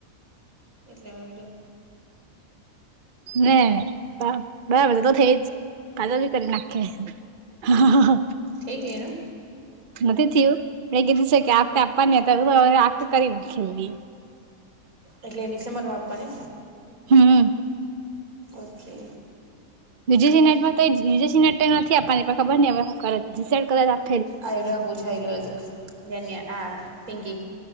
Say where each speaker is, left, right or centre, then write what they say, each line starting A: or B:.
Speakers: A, on the right; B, on the right.
A: એટલામાંર
B: ના બરાબર છે તો થઈ જ ખાજા બી કરી નાખ હા
A: થ ગનું
B: નથી થયું પણ એ કીધું છે કે આતે આપવાની ત આ કરી નાખી
A: એટલે ડિસે મરમાં આપવા ને
B: હમ
A: ઓકે
B: બીજ સિનેટ માં તો બીજ સિનેટ નથી આપવાની ખબર ને હવે હું કરે જીસેડ કરદ આપ
A: આલ પૂછાયેલું હતું જન હા પિંકી